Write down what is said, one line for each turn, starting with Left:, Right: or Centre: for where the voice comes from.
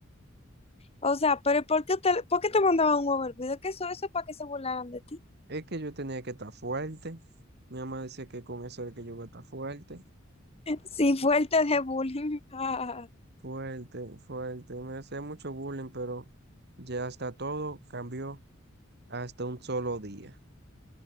Left: O sea, pero ¿por qué te, por qué te mandaban un huevo hervido? ¿Qué eso? Eso es para que se burlaran de ti.
Right: Es que yo tenía que estar fuerte, mi mamá decía que con eso era que yo iba a estar fuerte,
Left: <laughs> Sí, fuerte de bullying. <laughs> Ah,
Right: fuerte, fuerte, me hacía mucho bullying, pero ya hasta todo cambió hasta un solo día.